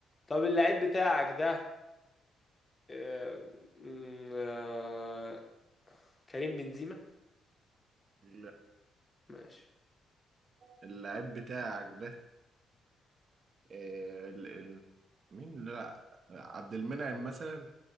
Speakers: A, on the left; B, on the right.
A: طب اللعيب بتاعك ده آه، م- آه، كريم بنزيما
B: لا.
A: ماشي
B: اللاعب بتاعك ده آه، ال... ال... مين لا عبد المنعم مثلا